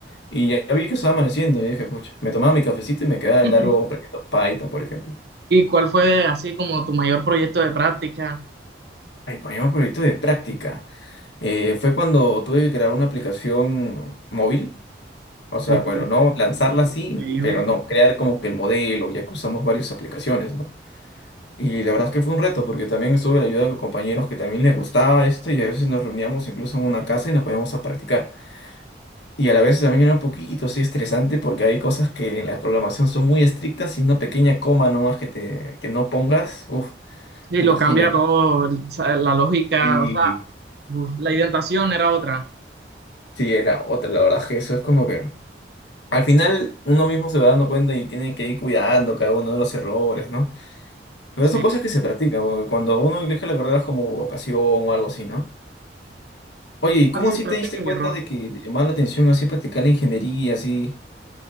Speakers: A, on the left; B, on the right.
A: y ya vi que estaba amaneciendo y dije, pucha, me tomaba mi cafecito y me quedaba de
B: <laughs>
A: largo aprendiendo Python, por ejemplo.
B: ¿Y cuál fue así como tu mayor proyecto de práctica?
A: Mi primer proyecto de práctica eh, fue cuando tuve que crear una aplicación móvil. O sea,
B: Ok,
A: bueno, no lanzarla así,
B: Increíble.
A: pero no, crear como que el modelo, ya que usamos varias aplicaciones, ¿no? Y la verdad es que fue un reto, porque también estuve la ayuda de compañeros que también les gustaba esto y a veces nos reuníamos incluso en una casa y nos poníamos a practicar. Y a la vez también era un poquito así estresante porque hay cosas que en la programación son muy estrictas y una pequeña coma nomás que, te, que no pongas, uff,
B: Sí,
A: imagínate.
B: lo cambia todo, el- o sea, la lógica,
A: Y
B: o sea, uf, la identación era otra.
A: sí, era otra, la verdad es que eso es como que al final uno mismo se va dando cuenta y tiene que ir cuidando cada uno de los errores, ¿no? Pero
B: Sí,
A: son cosas que se practican, o cuando uno elige la carrera es como vocación o algo así, ¿no? Oye, ¿y cómo
B: así,
A: así
B: práctica
A: te diste cuenta
B: y error.
A: de que te llamaba la atención así practicar la ingeniería, así?